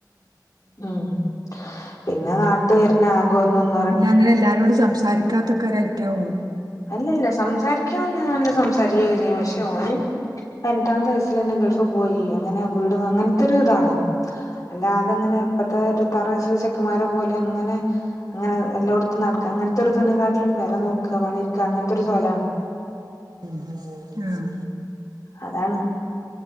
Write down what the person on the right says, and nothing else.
പിന്നെ അങ്ങനെ എല്ലാരോടും സംസാരിക്കാത്തക്കെ ഒര് ഐറ്റാ ഓൻ
ഉം ആഹ്